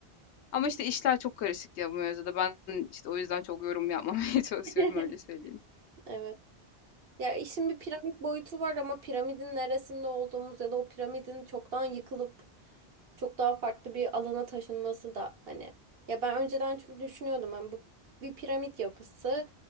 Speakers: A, on the left (about 80°); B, on the right (about 60°).
A: Ama işte işler çok karışık ya bu mevzuda. Ben işte o yüzden çok yorum yapmamaya <laughs> çalışıyorum
B: <laughs>
A: öyle söyleyeyim.
B: Evet. Ya işin bir piramit boyutu var ama piramidin neresinde olduğumuz ya da o piramidin çoktan yıkılıp çok daha farklı bir alana taşınması da hani. Ya ben önceden çünkü düşünüyordum hani bu bir piramit yapısı